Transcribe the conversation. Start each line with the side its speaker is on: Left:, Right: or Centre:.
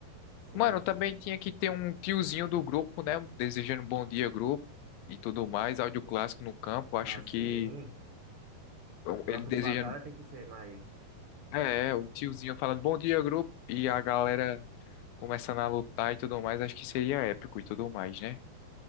Right: Sim,
Left: Mano,
Right: sim.
Left: também tinha que ter um tiozinho do grupo, né? Desejando bom dia, grupo e tudo mais. Áudio clássico no campo.
Right: Assim,
Left: Acho que
Right: no campo
Left: ele desejando.
Right: de batalha tem que ser mais.
Left: É, é, o tiozinho falando bom dia, grupo. E a galera começando a lutar e tudo mais. Acho que seria épico e tudo mais, né?